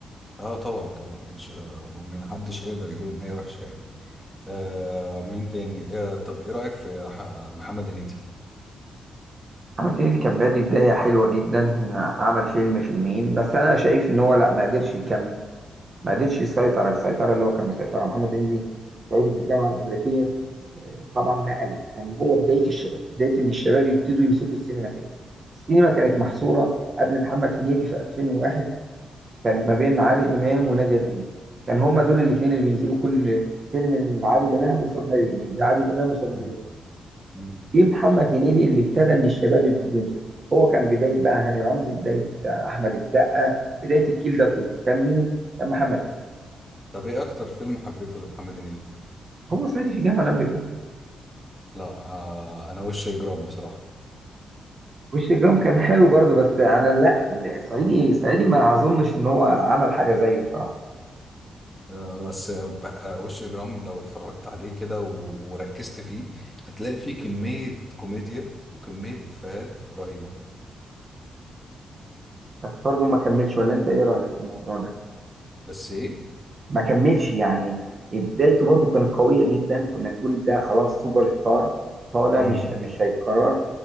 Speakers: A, in the centre; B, on the right.
A: اه طبعا طبعا مش آه، محدش يقدر يقول ان هي وحشه يعني آه مين تاني آه طب ايه رايك في ح- محمد هنيدي
B: محمد هنيدي كان بادي بداية حلوة جدا عمل فيلم فيلمين بس أنا شايف إن هو لا ما قدرش يكمل ما قدرش يسيطر السيطره اللي هو كان مسيطرها محمد هنيدي في صعيدي في الجامعه الامريكيه آه، طبعا نقل كان هو بدايه الشباب بدايه ان الشباب يبتدوا يمسكوا السينما تاني السينما كانت
A: مم.
B: محصوره قبل محمد هنيدي في 2001 كانت ما بين عادل امام ونادية الجندي كان هما دول الاثنين اللي بينزلوا كل فيلم من عادل امام قصاد نادية الجندي عادل امام قصاد
A: مم.
B: نادية الجندي
A: مم.
B: جه محمد هنيدي اللي ابتدى ان الشباب يبتدوا يمسكوا هو كان بدايه بقى هاني رمزي بدايه آه، احمد السقا بدايه الجيل ده كله كان مين كان محمد هنيدي
A: طب ايه اكتر فيلم حبيته لمحمد هنيدي
B: هو صعيدي في الجامعه الامريكيه
A: لا آه انا وش اجرام بصراحه
B: وش جرام كان حلو برضو بس انا لا سعيدي سعيدي ما اظنش ان هو عمل حاجه زيه بصراحه
A: آه بس آه ب- آه، وش اجرام لو اتفرجت عليه كده و- وركزت فيه هتلاقي فيه كميه كوميديا وكميه افيهات رهيبه
B: بس برضو ما كملش ولا انت ايه رايك في الموضوع ده
A: بس ايه
B: ما كملش يعني بدايته برضو كانت قويه جدا كنا نقول ده خلاص سوبر ستار طالع
A: امم
B: مش مش هيتكرر